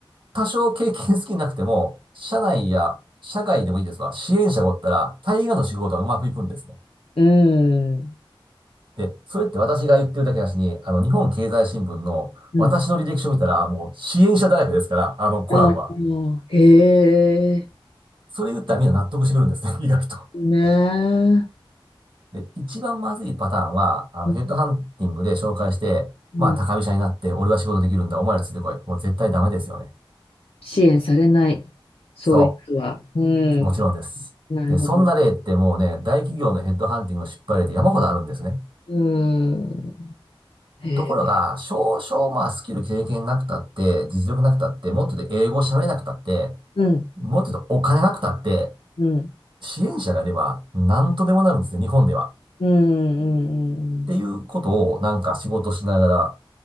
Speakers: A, on the right (about 60°); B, on the left (about 85°).
A: 多少経験好きなくても、社内や社外でもいいですわ、支援者がおったら、大概の仕事はうまくいくんですね。
B: うん。
A: で、それって私が言ってるだけだしに、あの、日本経済新聞の私の履歴書見たら、
B: うん。
A: もう支援者だらけですから、あの、コラムは。
B: ああ、へえ。
A: それ言ったらみんな納得してくるんですね、<laughs> 意外と。
B: ねえ。
A: で、一番まずいパターンは、あの、
B: うん
A: ヘッドハンティングで紹介して、まあ、
B: うんああへえねえうん
A: 高飛車になって、俺は仕事できるんだ、お前らついてこい。もう絶対ダメですよね。
B: 支援されない、そういう人は。
A: そ
B: うん、
A: う。もちろんです。
B: なるほど。
A: で、そんな例ってもうね、大企業のヘッドハンティングの失敗例で山ほどあるんですね。
B: うん、へえ、
A: ところが、少々まあスキル経験なくたって、実力なくたって、もっとで英語喋れなくたって、
B: うん、
A: もっと言うとお金なくたって、
B: うん、
A: 支援者がいれば何とでもなるんですね、日本では。
B: うん、うん、うん。
A: っていうことをなんか仕事しながら